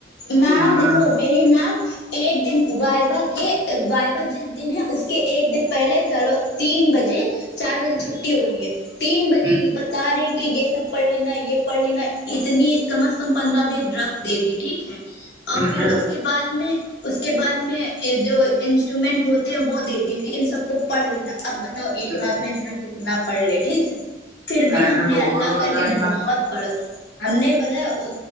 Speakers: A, on the left; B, on the right.
A: میم
B: ہ
A: دیکھو میری نام ایک دن وائوا کے وائوا جس دن ہے اس کے ایک دن پہلے چلو تین بجے چار
B: ہوں،
A: بجے چھٹی ہونی ہے تین بجے
B: ہوں،
A: یہ بتا رہے ہیں کہ یہ سب پڑھ لینا یہ پڑھ لینا اتنی کم از کم پندرہ بیس ڈرگس دے دی ٹھیک ہے اور پھر
B: ہوں،
A: اس کے بعد میں اس کے بعد میں جو انسٹرومنٹ ہوتے ہیں وہ دے دی ان سب کو پڑھ لینا اب ب ایک
B: ہوں۔
A: رات میں انسان کتنا پڑھ لے ٹھیک ہے پھر بھی
B: ارے
A: ہم نے
B: بور
A: اللہ
B: ہو
A: کر
B: جائے
A: کے
B: گا
A: بہت پڑ ہم نے بت